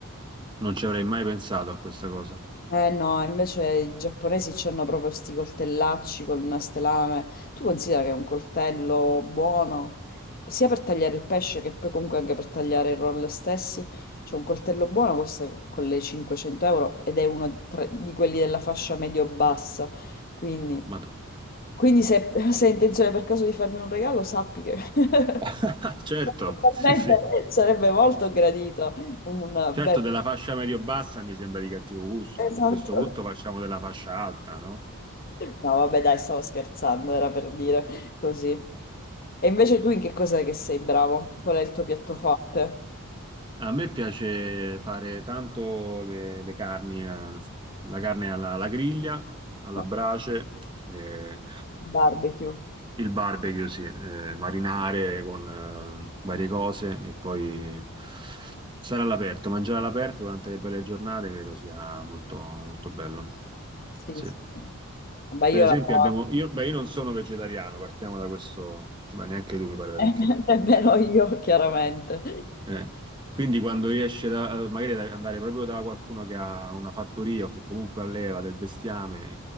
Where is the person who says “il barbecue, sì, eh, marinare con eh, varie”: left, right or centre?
Right